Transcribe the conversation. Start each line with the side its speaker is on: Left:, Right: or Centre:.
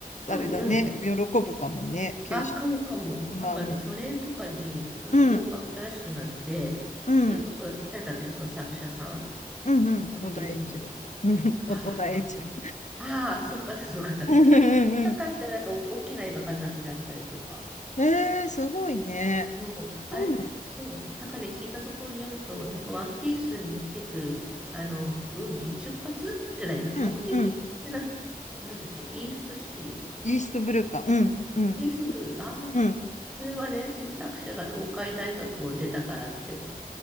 Left: あれだね、
Centre: うん、うん。
Left: 喜ぶかもね、九州、
Centre: あ、かもかも。
Left: 熊本。
Centre: なんかね、去年とかに空港が新しくなって、
Left: うん、うん、
Centre: それこそ、誰だっけな、その作者さん
Left: うん、うん、
Centre: ワンピースの。
Left: 小田栄一郎か。<laughs> うん、
Centre: ああ、
Left: お小田栄一郎。
Centre: そっか。ああ、その方、その方。
Left: <laughs>
Centre: <laughs>
Left: うんうんう
Centre: が描いたなんかお大きな絵が飾ってあったりとか。
Left: ん。えー、すごいね。
Centre: そう、あれ、
Left: そうなの。
Centre: そう、なんかね、聞いたところによると、なんかワンピースに出てくる、あの、海、出発じゃない、
Left: うん、
Centre: 目的で、
Left: うん。
Centre: なん、なんだっけ、イーストシ
Left: イーストブルーか。うん、うん、
Centre: ー、イーストブルー、ああ、
Left: うん。
Centre: それはね、その作者が東海大学を出たからって、